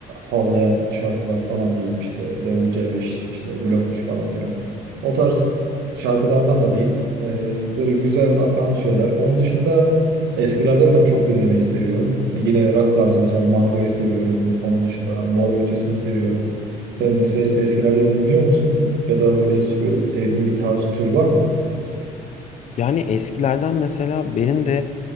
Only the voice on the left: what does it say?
Yani eskilerden mesela benim de